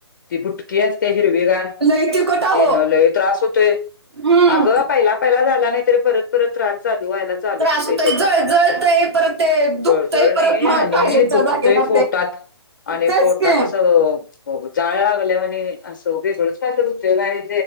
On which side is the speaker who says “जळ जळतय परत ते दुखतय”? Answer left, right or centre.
Right